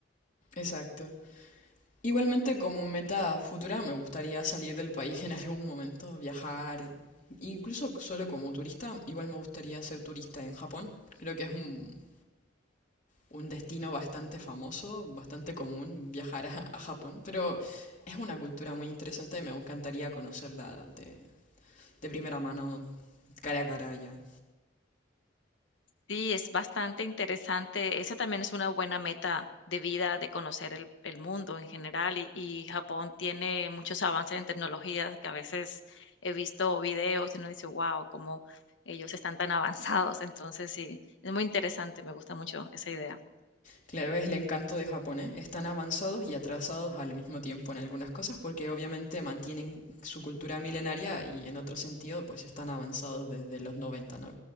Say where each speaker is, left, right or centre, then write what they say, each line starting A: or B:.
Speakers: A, on the left; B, on the left.
A: Exacto. Igualmente como meta futura me gustaría salir del país en algún momento, viajar, incluso solo como turista, igual me gustaría ser turista en Japón. Creo que es un, un destino bastante famoso, bastante común viajar a, a Japón, pero es una cultura muy interesante y me encantaría conocerla de, de primera mano, cara a cara ya.
B: Sí, es bastante interesante. Esa también es una buena meta de vida, de conocer el, el mundo en general. Y, y Japón tiene muchos avances en tecnología que a veces he visto videos y uno dice, wow, cómo ellos están tan <laughs> avanzados. Entonces, sí, es muy interesante. Me gusta mucho esa idea.
A: Claro, es el encanto de Japón, ¿eh? Están avanzados y atrasados al mismo tiempo en algunas cosas porque obviamente mantienen su cultura milenaria y en otro sentido pues están avanzados desde los 90, ¿no?